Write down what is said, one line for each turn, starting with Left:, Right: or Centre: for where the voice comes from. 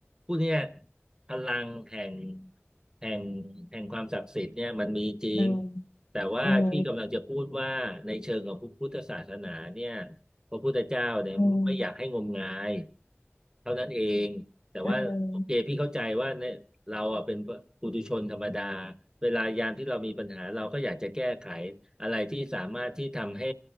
Right: ผู้เนี้ยพลังแห่งแห่งแห่งความศักดิ์สิทธิ์เนี่ยมันมีจริง
Left: อืม
Right: แต่ว่าที่กำลังจะพูดว่าในเชิงของพุทธศาสนาเนี่ย
Left: อืม
Right: พระพุทธเจ้าเนี่ยไม่อยากให้งมงาย
Left: อืม
Right: เท่านั้นเอง แต่ว่าโอเคพี่เข้าใจว่าเนี่ยเราอ่ะเป็นปุถุชนธรรมดา
Left: อืม
Right: เวลายามที่เรามีปัญหาเราก็อยากจะแก้ไขอะไรที่สามารถที่ทำให้